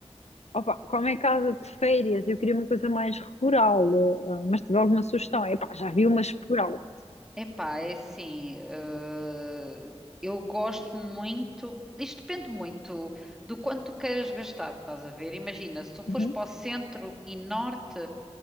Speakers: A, on the left; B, in the centre.
A: Opa, como é casa de férias, eu queria uma coisa mais rural, eh, mas tive alguma sugestão. Epá, já vi umas por alto.
B: Epá, é assim, eh, eu gosto muito, isto depende muito do quanto tu queiras gastar, estás a ver? Imagina, se tu fores
A: Uhum,
B: para o centro e norte,